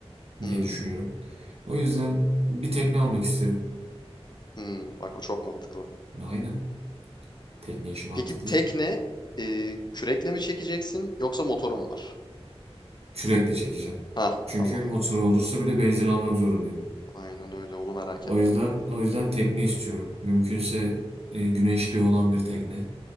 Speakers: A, on the left; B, on the right.
A: Hmm,
B: diye düşünüyorum. O yüzden bir tekne almak isterim.
A: hmm, bak o çok mantıklı.
B: Aynen. Tekne işi mantıklı.
A: Peki tekne e, kürekle mi çekeceksin yoksa motoru mu var?
B: Kürekle çekeceğim.
A: Ha
B: Çünkü
A: tamam.
B: motoru olursa bir de benzin almak zorundayım.
A: Aynen öyle onu merak
B: O
A: ettim.
B: yüzden o yüzden tekne istiyorum. Mümkünse e, güneşli olan bir tekne.